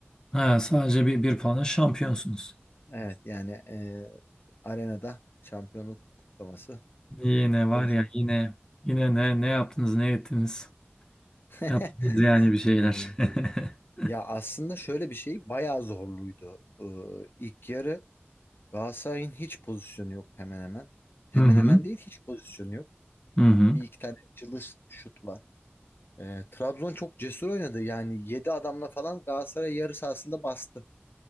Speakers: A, on the left (about 15°); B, on the left (about 55°).
A: Ha, sadece bir, bir puanla şampiyonsunuz.
B: Evet yani ee, arenada şampiyonluk kutlaması
A: Yine var
B: olur.
A: ya yine yine ne ne yaptınız ne ettiniz?
B: <laughs>
A: Yaptınız yani bir şeyler.
B: Ee,
A: <laughs>
B: ya aslında şöyle bir şey bayağı zorluydu. Ee, ilk yarı Galatasaray'ın hiç pozisyonu yok hemen hemen. Hemen
A: Hı hı.
B: hemen değil hiç pozisyonu yok.
A: Hı hı.
B: Bir iki tane çılış şut var. E, Trabzon çok cesur oynadı. Yani 7 adamla falan Galatasaray yarı sahasında bastı